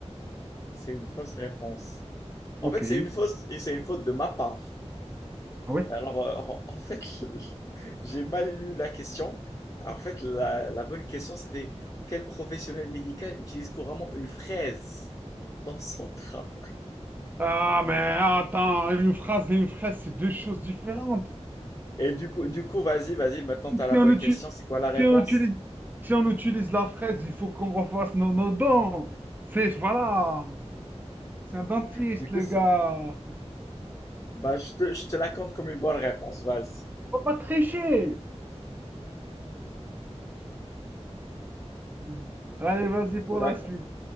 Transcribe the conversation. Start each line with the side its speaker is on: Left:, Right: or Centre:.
Left: C'est une fausse réponse. En
Right: Ok.
Left: fait, c'est une fausse et c'est une faute de ma part.
Right: Ah ouais.
Left: Alors, euh, en- en fait, <laughs> j'ai mal lu la question. En fait, la, la bonne question, c'était quel professionnel médical utilise couramment une fraise dans son <laughs> travail?
Right: Ah, mais attends, une phrase et une fraise, c'est deux choses différentes.
Left: Et du coup, du coup, vas-y, vas-y, maintenant
Right: Si
Left: t'as la
Right: on
Left: bonne
Right: utilise,
Left: question. C'est quoi la réponse?
Right: si on utilise, si on utilise la fraise, il faut qu'on refasse nos, nos dents. C'est, voilà, c'est un dentiste,
Left: Du coup,
Right: le
Left: c'est-
Right: gars.
Left: bah, je te, je te la compte comme une bonne réponse. Vas-y.
Right: Faut pas tricher. Mmh. Allez, vas-y pour
Left: D'accord.
Right: la suite.